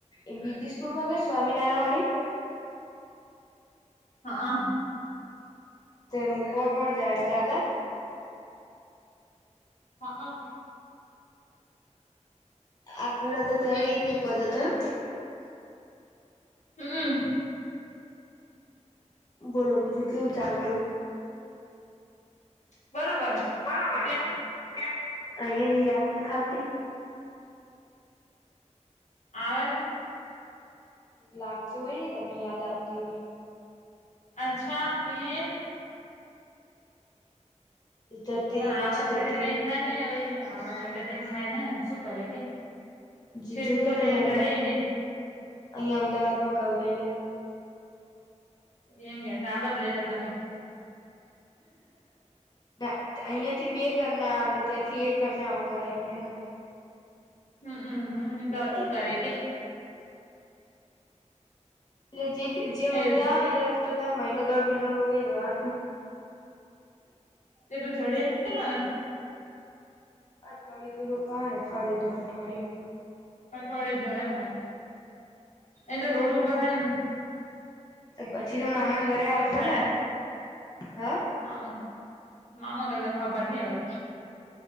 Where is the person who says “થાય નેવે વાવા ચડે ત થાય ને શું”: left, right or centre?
Left